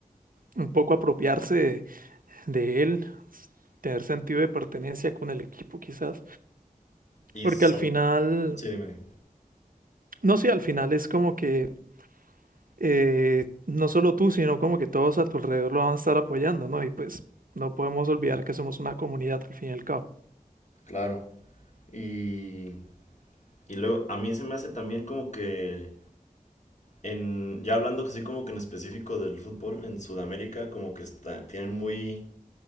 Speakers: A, on the right; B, on the left.
A: un poco apropiarse de él, tener sentido de pertenencia con el equipo quizás,
B: y
A: porque
B: so-
A: al final,
B: sí, dime,
A: no sé, al final es como que eh, no solo tú, sino como que todos a tu alrededor lo van a estar apoyando, ¿no? Y pues no podemos olvidar que somos una comunidad al fin y al cabo.
B: claro. Y, y luego a mí se me hace también como que en, ya hablando que sí como que en específico del fútbol, en Sudamérica como que está, tienen muy,